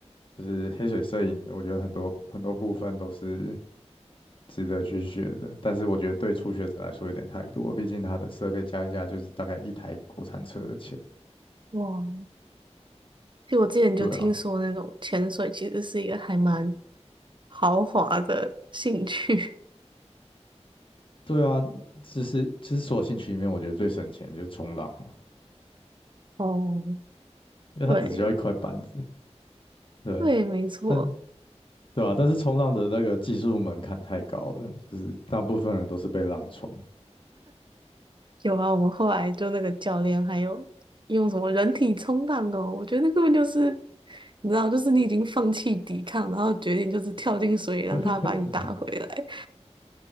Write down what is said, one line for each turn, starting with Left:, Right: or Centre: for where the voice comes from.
Left: 就是黑水摄影，我觉得很多很多部分都是值得去学的，但是我觉得对初学者来说有点太多，毕竟它的设备加一加就是大概一台国产车的钱。
Right: <laughs> 哇，就我之前就听说那种潜水其实是一个还蛮
Left: 对啊，
Right: 豪华的兴趣。
Left: 对啊，就是就是所有兴趣里面，我觉得最省钱就是冲浪嘛，
Right: <laughs> 哦，
Left: 因为它只需要一块板子。
Right: 对
Left: 对，
Right: 对，没错。
Left: 但对啊，但是冲浪的那个技术门槛太高了，就是大部分人都是被浪冲。
Right: 有啊，我们后来就那个教练还有用什么人体冲浪哦，我觉得那根本就是，你知道，就是你已经放弃抵抗，然后决定就是跳进水里让他把你打回来。
Left: <laughs>